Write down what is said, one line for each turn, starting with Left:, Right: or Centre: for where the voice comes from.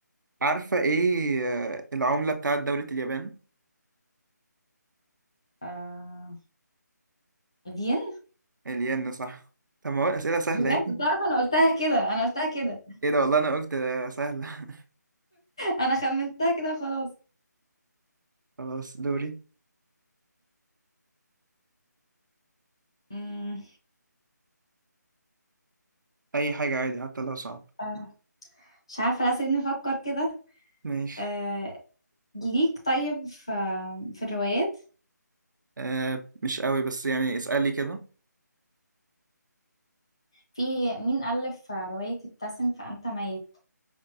Right: عارفة ايه آه العملة بتاعت دولة اليابان
Left: آه الين
Right: الين صح طب ما هو الأسئلة سهلة
Left: بجد
Right: ايه
Left: تعرف انا قلتها كده انا قلتها كده
Right: <laughs> ايه ده والله انا قلت آه، سهلة
Left: انا خمنتها كده خلاص
Right: <laughs> خلاص دوري
Left: مم.
Right: اي حاجة عادي حتى لو صعب
Left: آه، مش عارفه لا سيبني افكر كده
Right: ماشي
Left: آه، ليك طيب في في الروايات
Right: آه مش قوي بس يعني اسألي كده
Left: في مين ألف رواية ابتسم فأنت ميت